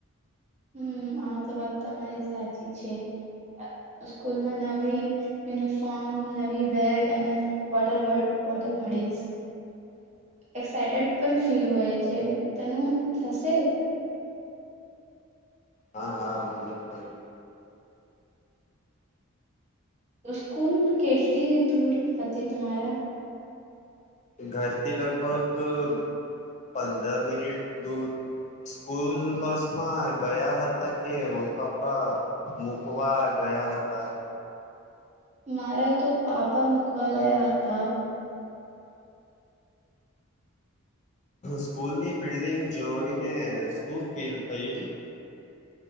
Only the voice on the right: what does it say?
હમ્મ, આ તો વાત તમારી સાચી છે અ સ્કૂલમાં નવી યુનિફોર્મ, નવી બેગ અને વોટર બો બોટલ મળીશ. એક્સાઈટેડ પણ ફીલ હોય છે તનું થશે?
સ્કૂલ કેટલી દૂર હતી તમારા?
મારા તો પાપા મૂકવા ગયા હતા.